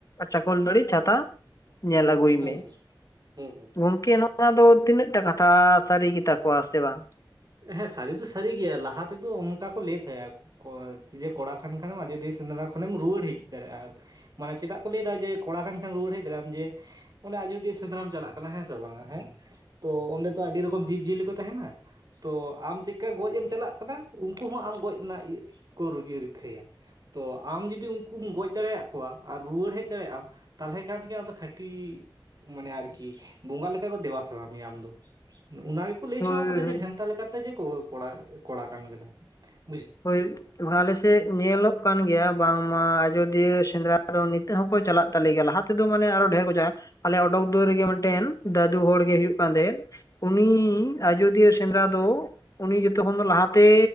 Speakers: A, on the left; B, on the right.
A: ᱪᱟᱠᱚᱞ ᱛᱟᱲᱮ ᱪᱷᱟᱛᱟ ᱧᱮᱞ ᱦᱳᱭ
B: ᱦᱩᱸ
A: ᱢᱮ
B: ᱦᱩᱸ ᱦᱩᱸ
A: ᱜᱚᱢᱠᱮ ᱱᱚᱣᱟ ᱫᱚ ᱛᱤᱱᱟᱹᱜ ᱴᱟ ᱠᱟᱛᱷᱟ ᱥᱟᱹᱨᱤ ᱜᱮᱛᱟ ᱠᱚᱣᱟ ᱥᱮ ᱵᱟᱝ
B: ᱦᱮᱸ ᱥᱟᱹᱨᱤ ᱫᱚ ᱥᱟᱹᱨᱤ ᱜᱮᱭᱟ ᱞᱟᱦᱟ ᱛᱮᱫᱚ ᱚᱱᱠᱟ ᱠᱚ ᱞᱟᱹᱭ ᱛᱟᱦᱮᱸᱜ ᱠᱚᱲᱟ ᱠᱷᱟᱱ ᱠᱷᱟᱱᱮᱢ ᱟᱡᱚᱫᱤᱭᱟᱹ ᱥᱮᱸᱫᱽᱨᱟ ᱠᱷᱚᱱᱮᱢ ᱨᱩᱣᱟᱹᱲ ᱦᱮᱡ ᱫᱟᱲᱮᱭᱟᱜᱼᱟ ᱟᱨ ᱢᱟᱱᱮ ᱪᱮᱫᱟᱜ ᱠᱚ ᱞᱟᱹᱭ ᱫᱟ ᱡᱮ ᱠᱚᱲᱟ ᱠᱷᱟᱱ ᱨᱩᱣᱟᱹᱲ ᱦᱮᱡ ᱫᱟᱲᱮᱼᱟᱢ ᱡᱮ ᱚᱱᱟ ᱟᱡᱚᱫᱤᱭᱟᱹ ᱥᱮᱸᱫᱽᱨᱟᱢ ᱪᱟᱞᱟᱜ ᱠᱟᱱᱟ ᱦᱮᱸ ᱥᱮ ᱵᱟᱝᱼᱟ ᱦᱮᱸ ᱛᱚ ᱚᱸᱰᱮ ᱫᱚ ᱟᱹᱰᱤ ᱨᱚᱠᱚᱢ ᱡᱤᱵᱽ ᱡᱤᱭᱟᱹᱞᱤ ᱠᱚ ᱛᱟᱦᱮᱱᱟ ᱾ ᱛᱚ ᱟᱢ ᱪᱤᱠᱟᱹ ᱜᱚᱡ ᱮᱢ ᱪᱟᱞᱟᱜ ᱠᱟᱱᱟ ᱩᱱᱠᱩ ᱦᱚᱸ ᱟᱢ ᱜᱚᱡ ᱠᱚ ᱨᱤᱠᱟᱹᱭᱟ ᱛᱚ ᱟᱢ ᱡᱩᱫᱤ ᱩᱱᱠᱩᱢ ᱜᱚᱡ ᱫᱟᱲᱮᱭᱟᱜ ᱠᱚᱣᱟ ᱟᱨ ᱨᱩᱣᱟᱹᱲ ᱦᱮᱡ ᱫᱟᱲᱮᱭᱟᱜ ᱟᱢ ᱾ ᱛᱟᱞᱦᱮ ᱠᱷᱟᱱ ᱜᱮ ᱟᱢᱫᱚ ᱠᱷᱟᱹᱴᱤ ᱢᱟᱱᱮ ᱟᱨᱠᱤ ᱵᱚᱸᱜᱟ ᱞᱮᱠᱟ ᱠᱚ ᱫᱮᱵᱟ ᱥᱮᱵᱟ ᱢᱮᱭᱟ ᱟᱢᱫᱚ ᱚᱱᱟ ᱜᱮᱠᱚ ᱞᱟᱹᱭ
A: ᱦᱳᱭ
B: ᱦᱚᱪᱚ ᱠᱟᱫᱟ
A: ᱦᱳᱭ
B: ᱡᱮ ᱵᱷᱮᱱᱛᱟ ᱞᱮᱠᱟᱛᱮ ᱡᱮ ᱠᱳ ᱠᱚᱲᱟ ᱠᱟᱱ ᱠᱟᱱᱟᱢ ᱾
A: ᱦᱳᱭ ᱟᱞᱮᱥᱮᱫ ᱧᱮᱞᱚᱜ ᱠᱟᱱ ᱜᱮᱭᱟ ᱵᱟᱝᱢᱟ ᱟᱡᱚᱫᱤᱭᱟᱹ ᱥᱮᱸᱫᱽᱨᱟ ᱫᱚ ᱱᱤᱛᱚᱜ ᱦᱚᱸᱠᱚ ᱪᱟᱞᱟᱜ ᱛᱟᱞᱮ ᱜᱮᱭᱟ ᱞᱟᱦᱟ ᱛᱮ ᱫᱚ ᱢᱟᱱᱮ ᱟᱨᱚ ᱰᱷᱮᱨ ᱠᱚ ᱪᱟ ᱟᱞᱮ ᱚᱰᱚᱠ ᱩᱛᱟᱹᱨ ᱨᱮᱜᱮ ᱢᱤᱫᱴᱮᱱ ᱫᱟᱫᱩ ᱦᱚᱲ ᱜᱮ ᱦᱩᱭᱩᱜ ᱠᱟᱱ ᱛᱟᱦᱮᱸᱫ ᱾ ᱩᱱᱤ ᱟᱡᱳᱫᱤᱭᱟᱹ ᱥᱮᱸᱫᱽᱨᱟ ᱫᱚ ᱩᱱᱤ ᱡᱚᱛᱚ ᱠᱷᱚᱱ ᱫᱚ ᱞᱟᱦᱟᱛᱮ